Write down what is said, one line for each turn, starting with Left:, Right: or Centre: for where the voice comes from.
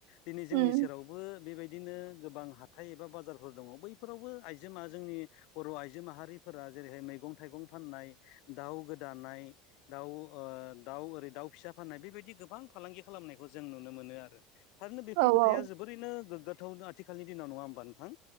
Left: दिनै जोंनि
Right: उम
Left: सेरावबो बेबायदिनो गोबां हाथाइ एबा बाजारफोर दङ बैफोरावबो आइजोमा जोंनि बर' आइजो माहारिफोरा जेरैहाय मैगं थाइगं फाननाय, दाउ गोदानाय दाउ ओ दाउ ओरै दाउ फिसा फाननाय बेबायदि गोबां फालांगि खालामनायखौ जों नुनो मोनो आरो। थारैनो बेफोर
Right: औ
Left: खोथाया
Right: औ
Left: जोबोरैनो गोग्गाथाव आथिखालनि दिनाव। नङा होनोमबा नोंथां?